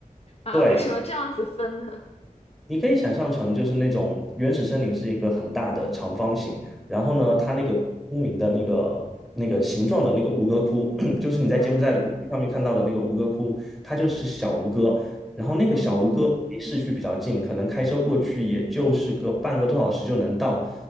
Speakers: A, on the left (about 45°); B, in the centre.
A: 啊，
B: 对，
A: 为什么这样子分呢？
B: 你可以想象成就是那种原始森林是一个很大的长方形，然后呢，
A: 嗯
B: 它那个出名的那个那个形状的那个吴哥窟，<clears throat> 就是你在柬埔寨的谷地上面看到的那个吴哥窟，
A: 嗯
B: 它就是小吴哥。然后那个小吴哥离市区比较近，
A: 嗯
B: 可能开车过去也就是个半个多小时就能到。